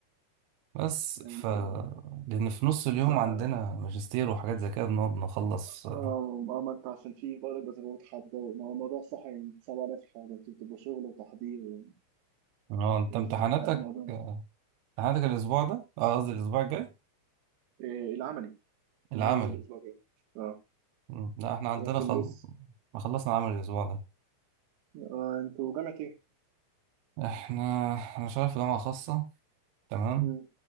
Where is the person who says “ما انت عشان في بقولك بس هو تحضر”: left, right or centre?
Right